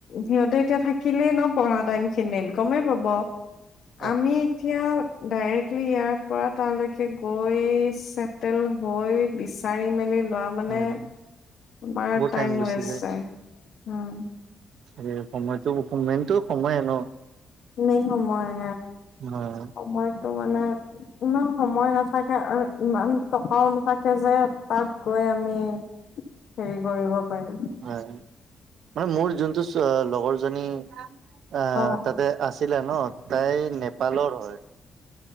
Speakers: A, on the left; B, on the right.
A: সিহঁতে এতিয়া থাকিলে ন পঢ়া টাইমখিনিত গমেই পাব।
B: <inaudible>
A: আমি এতিয়া ডাইৰেক্টলি ইয়াৰ পৰা তালৈকে গৈ চেটেল হৈ বিচাৰি মেলি লোৱা মানে
B: হয়।
A: তুমাৰ
B: বহুত
A: টাইম
B: গুচি
A: ৱেষ্ট যায়
B: এই সময়তো মেইনটো সময়ে ন'।
A: মেইন সময়ে,
B: হয়
A: সময়তো মানে ইমান সময় নাছিল থাকে আৰু ইমান টকাও নাথাকে যে তাত গৈ আমি হেৰি কৰিব পাৰিম।
B: হয় মানে মোৰ যোনটো লগৰজনী আহ
A: অ',
B: তাতে আছিলে ন' তাই নেপালৰ হয়।